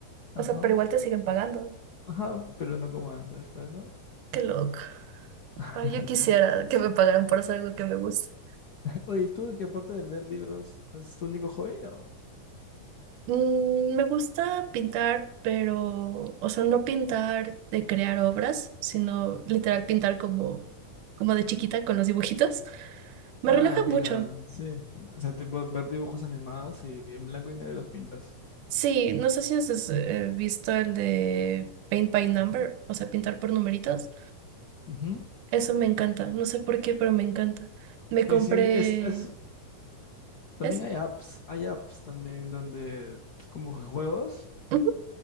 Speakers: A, on the left; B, on the right.
A: Ajá,
B: o sea, pero igual te siguen pagando.
A: ajá, pero no como antes, pues, ¿no?
B: Qué loco.
A: <laughs>
B: Ay, yo quisiera que me pagaran por hacer algo que me gusta.
A: Oye, ¿y ¿tú que aparte de leer libros es tu único hobby o-
B: Mm, Me gusta pintar, pero, o sea, no pintar de crear obras, sino literal pintar como, como de chiquita con los dibujitos. Me
A: Ah,
B: relaja
A: mira,
B: mucho.
A: sí. O sea, tipo ver dibujos animados y en blanco y negro los pintas.
B: Sí, no sé si has eh, visto el de Paint by Number,
A: Ujú,
B: o sea, pintar por numeritos.
A: ujú.
B: Eso me encanta. No sé por qué, pero me encanta. Me compré...
A: Sí, sí, es, es... También
B: ¿Es?
A: hay apps, hay apps también donde como que juegos.
B: Ujú.